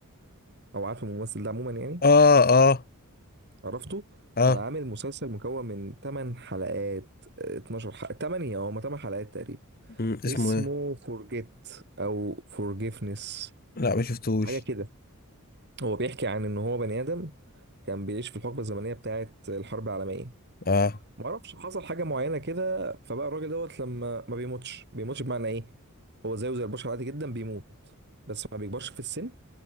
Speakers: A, on the right (about 50°); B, on the left (about 40°).
A: او عارف الممثل ده عموما يعني
B: اه اه
A: عرفته
B: اه
A: كان عامل مسلسل مكون من 8 حلقات آه، 12 حلقة 8 او 8 حلقات تقريبا
B: مم. اسمه
A: اسمه
B: ايه
A: فورجيت او فورجيفنس
B: لا ما شفتوش
A: حاجة كده هو بيحكي عن ان هو بني ادم كان بيعيش في الحقبة الزمنية بتاعة الحرب العالمية
B: اه
A: ما اعرفش حصل حاجة معينة كده فبقى الراجل دوت لما ما بيموتش بيموتش بمعنى ايه هو زيه زي البشر عادي جدا بيموت بس ما بيكبرش في السن